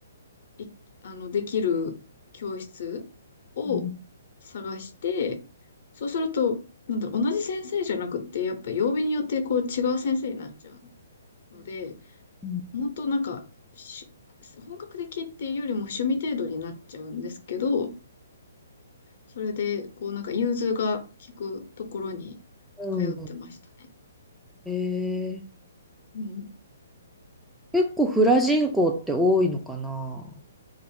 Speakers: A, on the left; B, in the centre.
A: い、あの、できる教室を
B: うん。
A: 探して、そうすると、なんだろう、同じ先生じゃなくって、やっぱ曜日によってこう違う先生になっちゃうので、
B: うん
A: 本当なんか、し本格的っていうよりも趣味程度になっちゃうんですけど、それで、こうなんか融通が効くところに
B: うん
A: 通ってましたね。
B: えー
A: うん。
B: 結構フラ人口って多いのかな